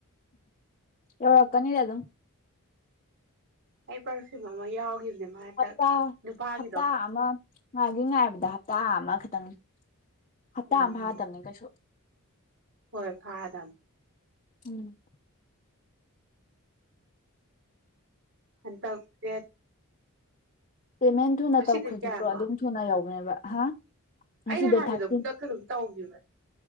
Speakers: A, on the left; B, on the right.
A: ꯑꯑ ꯀꯔꯤ ꯑꯗꯨꯝ
B: ꯑꯩ ꯄ꯭ꯔꯐꯨꯝ ꯑꯃ ꯌꯥꯎꯈꯤꯕꯅꯦ ꯃꯥ ꯍꯟꯗꯛ
A: ꯍꯞꯇꯥ
B: ꯅꯨꯄꯥꯒꯤꯗꯣ
A: ꯍꯞꯇꯥ ꯑꯃ ꯉꯥꯏꯒꯤ ꯉꯥꯏꯕꯗ ꯍꯞꯇꯥ ꯑꯃꯈ ꯇꯪ ꯍꯞꯇꯥ
B: ꯎꯝ
A: ꯑꯃ ꯐꯥꯗꯕꯅꯦ ꯀꯩꯁꯨ
B: ꯍꯣꯏ ꯐꯥꯗꯃꯦ
A: ꯎꯝ
B: ꯍꯟꯗꯛ ꯗꯦꯠ
A: ꯄꯦꯃꯦꯟ ꯊꯨꯅ
B: ꯉꯁꯤꯗꯩ
A: ꯇꯧꯈ꯭ꯔꯗꯤꯀꯣ
B: ꯀꯌꯥꯅꯣ
A: ꯑꯗꯨꯝ ꯊꯨꯅ ꯌꯥꯎ <unintelligible> ꯍꯥ ꯉꯁꯤ
B: ꯑꯩꯅ
A: ꯗꯦꯠ
B: ꯍꯥꯟꯒꯤꯗꯣ
A: ꯊꯥꯔꯇꯤꯟ
B: ꯈꯨꯗꯛꯇ ꯑꯗꯨꯝ ꯇꯧꯒꯤꯕꯅꯦ